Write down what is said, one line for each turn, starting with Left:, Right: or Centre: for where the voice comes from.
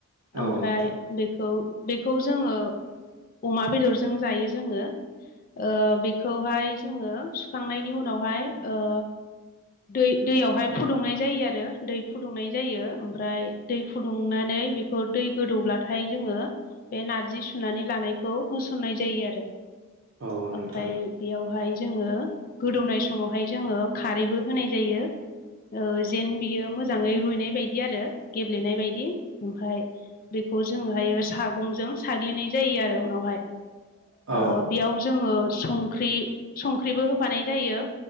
Right: औ
Left: ओमफ्राय
Right: नोंथां
Left: बेखौ बेखौ जोङो अमा बेदरजों जायो जोङो ओ बेखौहाय जोङो सुखांनायनि उनावहाय ओ दै-दैयावहाय फुदुंनाय जायो आरो दै फुदुंनाय जायो ओमफ्राय दै फुदुंनानै बे खौ दै गोदौब्लाथाय जोङो बे नारजि सुनानै लानायखौ होसननाय जायो आरो
Right: औ नोंथां
Left: ओमफ्राय बेयावहाय जोङो गोदौनाय समावहाय जोङो खारैबो होनाय जायो ओ जेन बियो मोजांङै रुयनाय बायदि आरो गेब ब्लेनाय बायदि ओमफ्राय बेखौ जोंहायो सागंजों साग्लिनाय जायो आरो उनावहाय
Right: औ
Left: ओ बेयाव जोङो सं ख्रि संख्रिबो होफानाय जायो